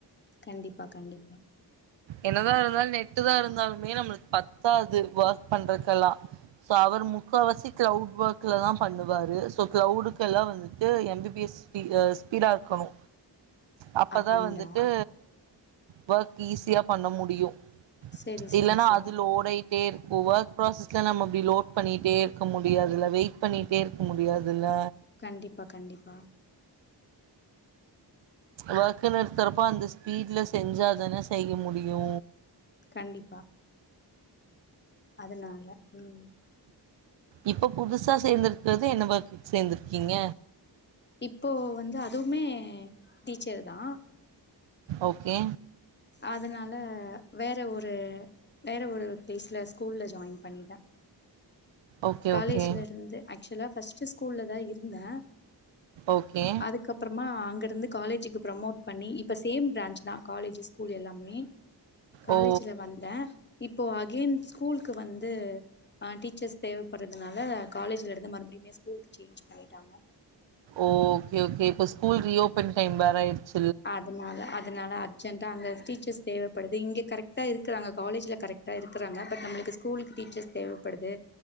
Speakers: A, on the left; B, on the right.
A: கண்டிப்பா கண்டிப்பா
B: என்னதா இருந்தாலு நெட்டு தா இருந்தாலுமே நம்மளுக் பத்தாது வொக் பண்றக்கெல்லா சோ அவரு முக்கவாசி கிளவுட் வொக்லதா பண்ணுவாரு சோ கிளவுடுக்கு எல்லா வந்துட்டு எம் பி பி எஸ் பீ எ ஸ்பீடா இர்க்கணு அப்பதா
A: அப்டிங்களா
B: வந்துட்டு வொக் ஈஸியா பண்ண முடியு
A: செரி செரி
B: இல்லேன்னா
A: செரி
B: அது லோடாயிடே இரு ஒவோக் ப்ராசஸ்ல நம்ம அப்டி லோட்பண்ணிட்டே இரு க்க முடியாதுல வெயிட் பண்ணிட்டே இருக்க முடியாதுல்ல
A: கண்டிப்பா கண்டிப்பா
B: வோக்குனு எடுத்துறப்போ அந்த ஸ்பீட்ல செஞ்சாதானே செய்ய முடியு
A: கண்டிப்பா அதனால உம்
B: இப்ப புதுசா சேர்ந்துருக்குறது என்ன வர்க்குக் சேர்ந்திருக்கீங்க
A: இப்போ வந்து அதுவுமே டீச்சர் தா
B: ஓகே
A: அதனால வேற ஒரு வேற ஒரு பிளேஸ்ல ஸ்கூல்ல ஜாயின் பண்ணிட்டே
B: ஓகே
A: காலேஜ்ல
B: ஓகே
A: இருந்து ஆக்சுலா ஃபஸ்ட்டு ஷ்கூல்லதா இருந்தே
B: ஓகே
A: அதுக்கப்புறமா அங்க இருந்து காலேஜுக்கு ப்ரமோட் பண்ணி இப்ப சேம் பிரான்ச் தா காலேஜுச் ஸ்கூல் எல்லாம் மே காலேஜ்ல
B: ஓ
A: வந்தே இப்போ அகைன் ஸ்கூல்கு வந்து அ டீச்சர்ஸ் தேவைப்படுறதுனால காலேஜ்ல இருந்து மறுபடியுமே ஸ்கூலுக்கு சேஞ்ச் பண்ணிட்டாங்க
B: ஓகே ஓகே இப்ப ஸ்கூல் ரீஓபன் டைம் வேற ஆயிடுச்
A: அதனால அதனால அர்ஜென்டா அங்க டீச்சர்ஸ் தேவப்படுது இங்கே கரெக்டா இருக்குறாங்க காலேஜ்ல கரெக்டா இருக்குறாங்க பட் நம்மளுக்கு ஸ்கூலுக்கு டீச்சர்ஸ் தேவேப்படுது